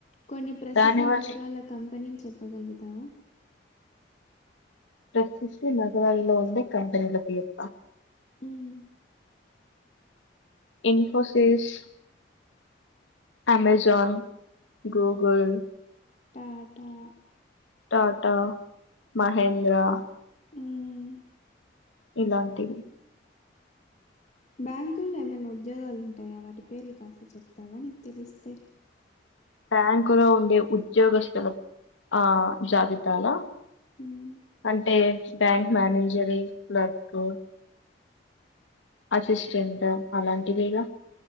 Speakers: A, on the left; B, on the left.
A: కొన్ని ప్రసిద్ధ
B: దాని వల్ల
A: నగరాల కంపెనీలు చెప్పగలుగుతావా
B: ప్రసిద్ద నగరాలలో ఉండే కంపెని ల పోయత
A: మ్మ్
B: ఇన్ఫోసిస్ అమెజాన్, గూగల్
A: టాటా
B: టాటా, మహేంద్రా
A: మ్మ్
B: ఇలాంటివి.
A: బ్యాంకుల్లో ఏమైనా ఉద్యోగాలుంటాయా వాటి పేర్లు కాస్త చెప్తావా నీకు తెలిస్తే
B: బ్యాంకు లో ఉండే ఉద్యోగస్తుల ఆ జాబితాల
A: హ్మ్.
B: అంటే బ్యాంక్ మేనేజర్ లుక్ అసిస్టెంట్ అలాంటివేగా